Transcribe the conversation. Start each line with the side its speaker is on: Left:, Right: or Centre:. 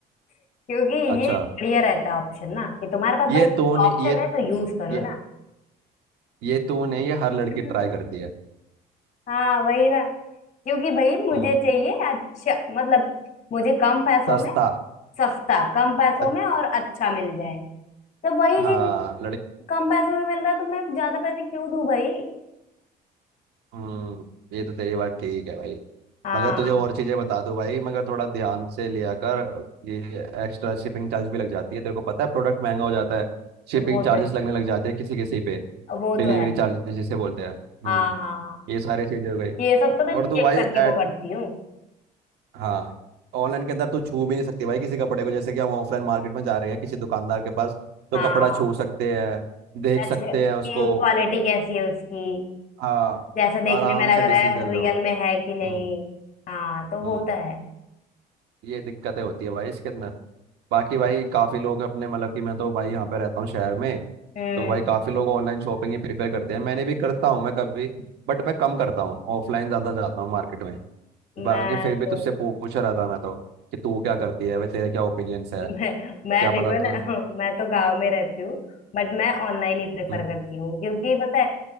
Left: क्योंकि
Right: अच्छा
Left: ये बढ़िया रहता है ऑप्शन ना कि तुम्हारे पास
Right: ये
Left: भाई
Right: तो ने
Left: ऑप्शन
Right: ये
Left: है तो यूज करो
Right: ये
Left: ना
Right: ये तो ने ये हर लड़की
Left: <laughs>
Right: ट्राई करती है
Left: हाँ वही ना क्योंकि भाई मुझे
Right: हम्म
Left: चाहिए अच्छा मतलब मुझे कम पैसों
Right: सस्ता
Left: में सस्ता कम पैसों
Right: अ-
Left: में और अच्छा मिल जाए तो वही
Right: हाँ
Left: चीज
Right: लड़की
Left: कम पैसों में मिल रहा है तो मैं ज्यादा पैसे क्यों दूं भाई
Right: हम्म ये तो तेरी बात ठीक है भाई
Left: हाँ
Right: मगर तुझे
Left: हाँ
Right: और चीजें बता दूं भाई मगर थोड़ा ध्यान से लिया कर ये एक्स्ट्रा शिपिंग चार्ज भी लग जाती है तेरे को पता है प्रोडक्ट महंगा हो जाता है शिपिंग
Left: वो
Right: चार्जेस
Left: तो है
Right: लगने लग जाते हैं किसी किसी पे
Left: वो तो
Right: डिलीवरी
Left: है
Right: चार्जेस जिसे बोलते हैं हम्म
Left: हाँ हाँ हाँ
Right: ये सारी चीजें हो गई
Left: ये सब तो मैं
Right: और तू
Left: चेक
Right: भाई
Left: करके
Right: एट
Left: वो करती हूँ
Right: हाँ ऑनलाइन के अंदर तू छू भी नहीं सकती भाई किसी कपड़े को जैसे कि हम ऑफलाइन मार्केट में जा रहे हैं किसी दुकानदार के पास तो
Left: हाँ
Right: कपड़ा छू सकते हैं देख
Left: टच
Right: सकते
Left: की
Right: हैं उसको
Left: क्वालिटी कैसी है उसकी
Right: हाँ
Left: जैसे देखने
Right: आराम
Left: में लग
Right: से डिसीजन
Left: रहा है रियल
Right: लो
Left: में है कि नहीं
Right: हम्म
Left: हाँ तो वो
Right: हम्म
Left: तो है
Right: ये दिक्कतें होती है भाई इसके अंदर बाकी भाई काफी लोग अपने मतलब कि मैं तो भाई यहाँ पे रहता हूँ शहर में
Left: हम्म
Right: तो भाई काफी लोग ऑनलाइन शॉपिंग ही प्रीफर करते हैं मैंने भी करता हूँ मैं कभी बट मैं कम करता हूँ ऑफलाइन ज्यादा जाता हूँ मार्केट में बाकी
Left: मैं
Right: फिर भी
Left: तो
Right: तुझसे पूछ रहा था मैं तो कि तू क्या करती है भाई तेरे क्या ओपिनियंस
Left: <laughs>
Right: है
Left: मैं मैं
Right: क्या पता
Left: देखो
Right: तो
Left: ना <laughs> मैं तो गांव में रहती हूँ बट मैं ऑनलाइन ही प्रेफर
Right: हम्म,
Left: करती हूँ क्योंकि पता है